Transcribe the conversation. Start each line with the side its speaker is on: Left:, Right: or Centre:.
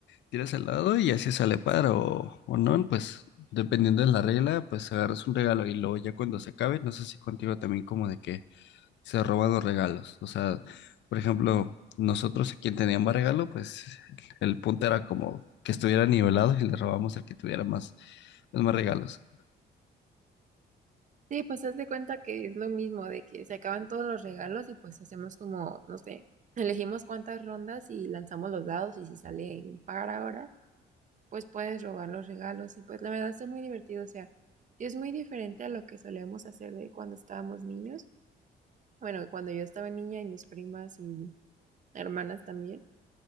Left: tiras al dado y así sale par o, o no, pues dependiendo de la regla, pues agarras un regalo y luego ya cuando se acabe, no sé si contigo también como de que se roban los regalos, o sea, por ejemplo, nosotros a quien tenía más regalo, pues el punto era como que estuviera nivelado y le robamos al que tuviera más, pues, más regalos.
Right: Sí, pues haz de cuenta que es lo mismo, de que se acaban todos los regalos y pues hacemos como, no sé, elegimos cuántas rondas y lanzamos los dados y si sale impar ahora, pues puedes robar los regalos y pues la verdad está muy divertido, o sea, sí es muy diferente a lo que solíamos hacer de cuando estábamos niños, bueno, cuando yo estaba niña y mis primas y hermanas también.